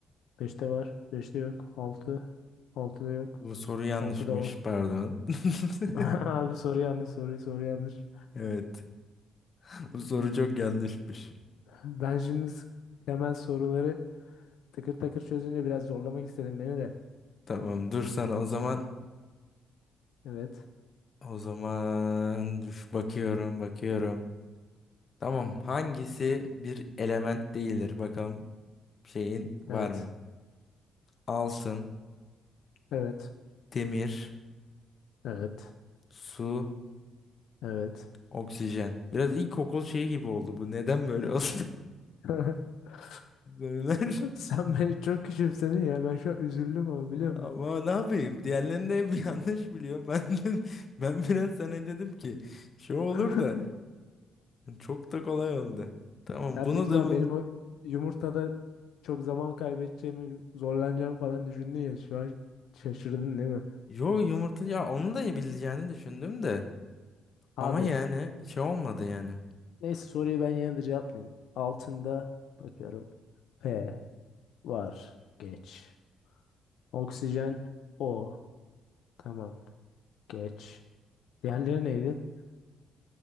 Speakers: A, on the left; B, on the left.
A: beşte var, beşte yok, 6, altıda yok,
B: bu soru yanlışmış.
A: altıda var.
B: Pardon. <laughs>
A: <laughs> Abi soru yanlış, soruyu soru yanlış.
B: Evet. Bu soru çok yanlışmış.
A: Ben şimdi s- hemen soruları takır takır çözünce biraz zorlamak istedim beni de.
B: Tamam, dur sana o zaman
A: Evet,
B: O zaman üf, bakıyorum bakıyorum. Tamam hangisi bir element değildir? Bakalım şeyin var
A: evet,
B: mı? Altın,
A: evet,
B: demir,
A: evet,
B: su,
A: evet.
B: oksijen. Biraz ilkokul şeyi gibi oldu bu. Neden böyle oldu?
A: <laughs>
B: <laughs> Sorular.
A: Sen beni çok küçümsedin ya. Ben şu an üzüldüm ama biliyor musun?
B: Ama ne yapayım? Diğerlerini de hep <laughs> yanlış biliyorum. Ben de- ben biraz sana dedim ki şey olur
A: <laughs>
B: da çok da kolay oldu. Tamam
A: Ben
B: bunu
A: büyük ihtimal
B: da mı?
A: benim o yumurtada çok zaman kaybedeceğimi, zorlanacağımı falan düşündün ya. Şu an şaşırdın değil mi?
B: Yo yumurta ya onu da bileceğini düşündüm de.
A: Abi
B: Ama yani şey olmadı yani.
A: neyse soruyu ben yine de cevaplayayım. Altında bakıyorum. P var. Geç. Oksijen O. Tamam. Geç. Diğerleri neydi?